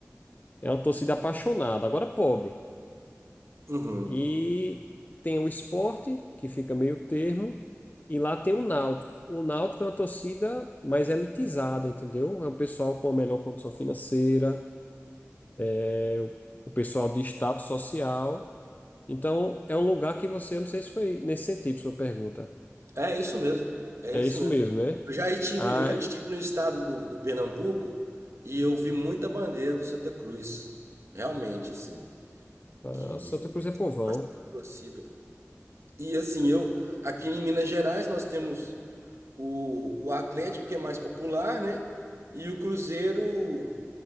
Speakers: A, on the left; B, on the right.
A: É uma torcida apaixonada, agora pobre.
B: uhum.
A: E tem o esporte, que fica meio termo, e lá tem o Náutico. O Náutico é uma torcida mais elitizada, entendeu? É um pessoal com a melhor condição financeira, é o o pessoal de status social. Então, é um lugar que você, eu não sei se foi nesse sentido sua pergunta.
B: É isso mesmo. É
A: É
B: isso
A: isso
B: mesmo.
A: mesmo, né?
B: Eu já estive,
A: A,
B: eu já estive no estado do, do Pernambuco e eu vi muita bandeira do Santa Cruz. Realmente, assim,
A: a
B: que
A: Santa Cruz
B: eles
A: é povão.
B: têm bastante torcida. E assim, eu aqui em Minas Gerais nós temos o, o Atlético, que é mais popular, né? E o Cruzeiro,